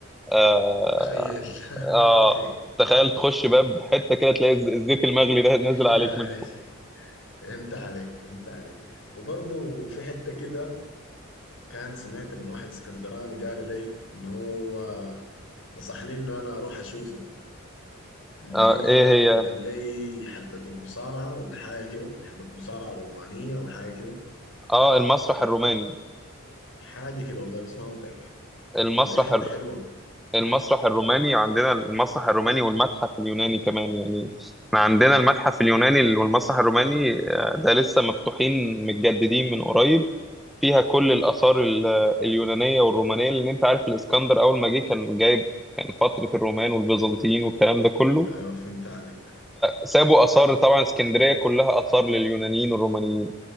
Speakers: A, in the centre; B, on the left.
A: آه
B: تخيل <laughs>
A: آه
B: اوكي
A: تخيل تخش باب حتة كده تلاقي الز- الزيت المغلي ده نازل
B: <laughs>
A: عليك
B: عايش.
A: من فوق
B: فهمت عليك فهمت عليك وبرضه في حتة كده كان سمعت من واحد اسكندراني قال لي ان هو نصحني انه انا اروح اشوفه اللي
A: آه
B: هي
A: ايه هي
B: قال لي حلبة المصارعة ولا حاجة كده حلبة مصارعة رومانية او حاجة كده
A: اه المسرح الروماني
B: حاجة كده والله بس ما متأكد
A: المسرح
B: قال لي حتة
A: الر...
B: حلوة
A: المسرح الروماني عندنا المسرح الروماني والمتحف اليوناني كمان يعني احنا عندنا المتحف اليوناني والمسرح الروماني آه، ده لسه مفتوحين متجددين من قريب فيها كل الآثار ال- اليونانية والرومانية لأن أنت عارف الإسكندر أول ما جه كان جايب كان فترة الرومان والبيزنطيين والكلام ده كله
B: ايوه فهمت عليك
A: سابوا آثار طبعا اسكندرية كلها آثار لليونانيين والرومانيين